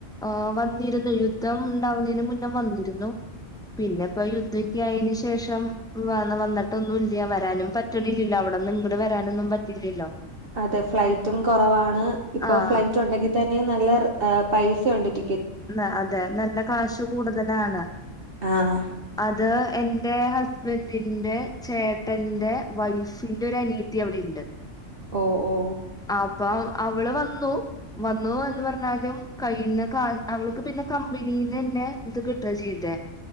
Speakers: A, in the centre; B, on the right.
A: ആഹ് വന്നിരുന്നു യുദ്ധം ഉണ്ടാവുന്നേന് മുന്നേ വന്നിരുന്നു. പിന്നെ പ്പം യുദ്ധക്ക്യ ആയെന് ശേഷം വന്ന വന്നിട്ട്ന്നും ഇല്ല്യ വരാനും പറ്റ്ണില്ലല്ലോ അവിടെന്ന് ഇങ്ങട് വരാനൊന്നും പറ്റില്ലല്ലോ?
B: അതെ ഫ്ലൈറ്റും കൊറവാണ് ഇപ്പൊ
A: ആഹ്
B: ഫ്ലൈറ്റ് ഉണ്ടെങ്കി തന്നെ നല്ല പൈസ ഉണ്ട് ടി
A: ന്ന അതെ നല്ല കാശു കൂടുതലാണ്
B: ആഹ്
A: അത് എന്റെ ഹസ്ബന്റിന്റെ ചേട്ടന്റെ വൈഫിന്റെ ഒരു അനിയത്തി അവിടെണ്ട്.
B: ഓഹ് ഓഹ്
A: അപ്പം അവള് വന്നു വന്നുന്ന് പർഞാലും കയ്യ്ന്ന് കാ അവൾക്ക് പിന്നെ കമ്പനീന്നനെ ഇത് കിട്ടാ ചെയ്തെ